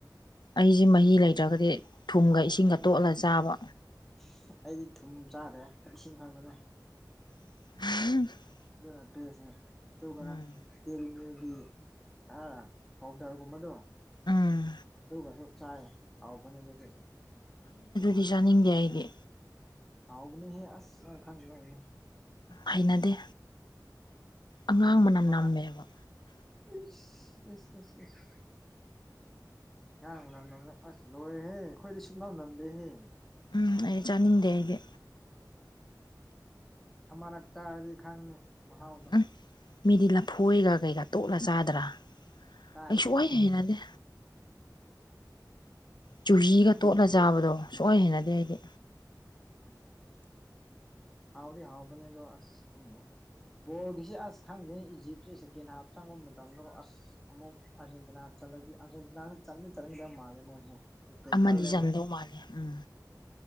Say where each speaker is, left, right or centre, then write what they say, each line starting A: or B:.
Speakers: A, on the left (about 80°); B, in the centre.
A: ꯑꯩꯖꯦ
B: ꯈꯪꯗꯦ
A: ꯃꯍꯤ ꯂꯩꯇ꯭ꯔꯒꯗꯤ ꯊꯨꯝꯒ ꯏꯁꯤꯡꯒ ꯇꯣꯠꯂ ꯆꯥꯕ
B: ꯑꯁ ꯑꯩꯗꯤ ꯊꯨꯝ ꯆꯥꯗꯦ ꯏꯁꯤꯡ ꯈꯛꯇꯅꯦ
A: <unintelligible>
B: ꯑꯗꯨꯅ <unintelligible> ꯑꯗꯨꯒ
A: ꯎꯝ
B: ꯗꯦꯂꯤ ꯅ꯭ꯌꯨꯒꯤ ꯑꯥ ꯄꯥꯎꯗꯔꯒꯨꯝꯕꯗꯣ
A: ꯎꯝ
B: ꯑꯗꯨꯒꯁꯨ ꯆꯥꯏ ꯍꯥꯎꯕꯅꯤ ꯑꯗꯨꯗꯤ
A: ꯖꯤ ꯆꯥꯅꯤꯡꯗꯦ ꯑꯩꯗꯤ
B: ꯍꯥꯎꯕꯅꯦꯍꯦ ꯑꯁ ꯅꯪ ꯈꯪꯗꯕꯩꯅꯤ
A: ꯍꯩꯅꯗꯦ ꯑꯉꯥꯡ ꯃꯅꯝ
B: ꯑꯃꯔꯛ
A: ꯅꯝꯃꯦꯕ
B: ꯏꯁ ꯏꯁ ꯢꯁ ꯢꯁ ꯑꯉꯥꯡ ꯃꯅꯝ ꯅꯝꯂ ꯑꯁ ꯂꯣꯏꯔꯦꯍꯦ ꯑꯈꯣꯏꯗꯤ ꯁꯨꯛꯅꯝ ꯅꯝꯗꯦꯍꯦ
A: ꯎꯝ ꯑꯩ ꯆꯥꯅꯤꯡꯗꯦ ꯑꯩꯗꯤ
B: ꯑꯣ ꯑꯃꯔꯛ ꯆꯥꯔꯗꯤ ꯈꯪꯅꯤ ꯃꯍꯥꯎꯗꯣ
A: ꯎꯝ ꯃꯤꯗꯤ ꯂꯐꯣꯏꯒ ꯀꯩꯒꯥ ꯇꯣꯠꯂ ꯆꯥꯗ꯭ꯔꯥ
B: ꯆꯥꯏꯅꯦ
A: ꯑꯩ ꯁꯨꯡ ꯍꯩ ꯍꯩꯅꯗꯦ ꯆꯨꯍꯤꯒ ꯇꯣꯠꯂ ꯆꯥꯕꯗꯣ ꯁꯨꯡ ꯍꯩ ꯍꯩꯅꯗꯦ ꯑꯩꯗꯤ
B: ꯍꯥꯎꯗꯤ ꯍꯥꯎꯕꯅꯤ ꯑꯗꯣ ꯑꯁ ꯈꯪꯗꯦ ꯕꯣꯜꯒꯤꯁꯦ ꯑꯁ ꯈꯪꯗꯦ ꯏꯖꯤꯞꯁꯦ ꯁꯦꯀꯦꯟ ꯍꯥꯞ ꯆꯪꯕ ꯃꯇꯝꯗ ꯑꯁ ꯑꯃꯨꯛ ꯑꯥꯔꯖꯦꯟꯇꯤ ꯆꯜꯂꯗꯤ ꯑꯥꯔꯖꯦꯟꯇꯤꯅꯥ ꯆꯥꯟꯗꯤ ꯆꯟꯒꯗꯕ ꯃꯥꯜꯂꯦ ꯃꯣꯏꯁꯦ ꯑꯦꯇꯦꯛ
A: ꯑꯃꯗꯤ
B: ꯀꯜꯂꯦꯕ
A: ꯆꯟꯗꯧ ꯃꯥꯜꯂꯦ ꯎꯝ